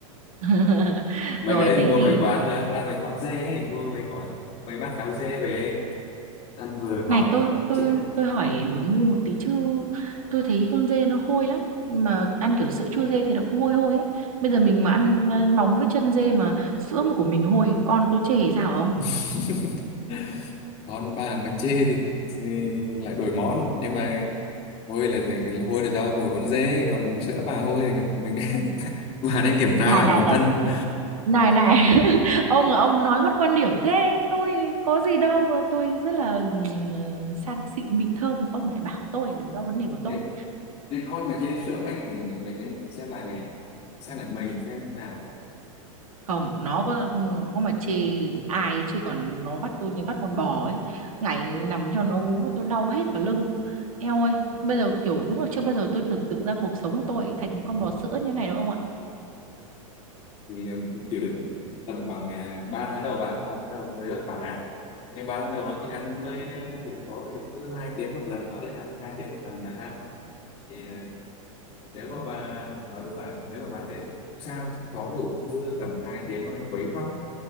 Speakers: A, on the right; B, on the left.
A: <laughs>
B: mấy
A: rồi
B: cái đấy
A: thế
B: thì mua
A: thì
B: ngoài quán được ra mấy quán dê ấy, mua mấy quán mấy bát cháo dê về ăn vừa ngon
A: này tôi tôi
B: trễ
A: tôi hỏi ngu một tí chứ tôi thấy con dê nó hôi lắm mà ăn kiểu sữa chua dê thì nó cũng hôi hôi ấy bây giờ mình mà ăn ờ, móng với chân dê mà sữa mà của mình hôi con tôi chê sao ông
B: <laughs> con bà mà chê thì, thì lại đổi món nhưng mà hôi là hôi là do mùi con dế còn sữa bà hôi thì mình <laughs> bà nên kiểm tra
A: này
B: lại
A: này
B: bản
A: này
B: thân
A: này này <laughs> ông là ông nói mất quan điểm thế tôi có gì đâu mà tôi rất là ừ, ờ, sang xịn mịn thơm ông lại bảo tôi là do vấn đề của tôi
B: thì, thì con mà chê sữa mẹ thì mình, mình nên xem lại mẹ xem lại mình xem nào
A: không nó có nó có mà chê ai ấy, chứ còn nó vắt tôi như vắt con bò ấy ngày nằm cho nó vú tôi đau hết cả lưng eo ơi bây giờ kiểu đúng là chưa bao giờ tôi tưởng tượng ra cuộc sống của tôi thành con bò sữa như này đâu ông ạ
B: thì ừ, chịu đựng tầm khoảng uh, 3 tháng đầu bạn 3 tháng đầu thấy vất vả nhưng 3 tháng đầu nó thì ăn với ờ, ngủ tối thì cứ hai tiếng một lần nó lại ăn hai tiếng một lần nó ăn thì ờ, nếu mà bà nói chung là nếu mà bà dễ ngủ sao khó ngủ cứ tầm hai tiếng nó lại quấy khóc ấy.